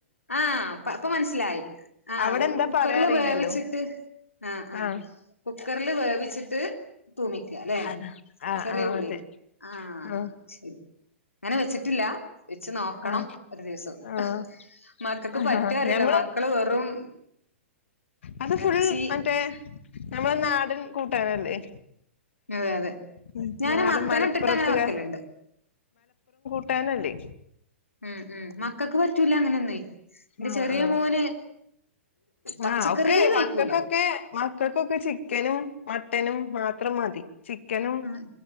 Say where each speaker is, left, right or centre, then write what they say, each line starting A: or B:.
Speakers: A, on the left (about 85°); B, on the left (about 65°).
A: ആഹ് അപ്പ മനസ്സിലായി- ആ
B: അവിടെ എന്താ
A: കുക്കറില്
B: പറയാ അറിയില്ലല്ലോ
A: വേവ്ച്ചിട്ട് ആ ആ
B: ആഹ്
A: കുക്കറില് വേവ്ച്ചിട്ട്- ത് - <unintelligible> തൂമിക്കാ അല്ലെ
B: ആഹ്
A: ചെറിയ
B: ആഹ്
A: ഉള്ളിൽ
B: അതെ
A: ആ
B: ആഹ്
A: ശരി അങ്ങനെ വെച്ചിട്ടില്ല- നോക്കണം
B: ആഹ്
A: ഒരു ദിവസം
B: ആഹ്
A: മക്കൾക്ക്
B: ആഹ്
A: പറ്റ അറിയില്ല
B: ഞമ്മള്
A: മക്കള് വെറും-
B: അത്
A: ഇറച്ചി
B: ഫുൾ മറ്റേ നമ്മള നാടൻ കൂട്ടാനല്ലേ-
A: അതെ അതെ
B: ഉം
A: ഞാൻ
B: നാടൻ
A: മത്തന
B: മലപ്പുറത്തുകാ
A: ഇട്ടിട്ട് അങ്ങനെ വെക്കലുണ്ട്-
B: ട്ടാനല്ലേ?
A: ഉം ഉം മക്കക്ക് വ <unintelligible> അങ്ങനെന്നയ്- എന്റെ
B: ആഹ്
A: ചെറിയ
B: ആഹ്
A: മോന്- പച്ചക്കറിയേ
B: ആഹ് ഒക്കെ
A: കഴിക്കൂല
B: മക്കൾക്കൊക്കെ മക്കൾക്കൊക്കെ ചിക്കനും- മട്ടനും മാത്രം മതി- ചിക്കനും-
A: ആഹ്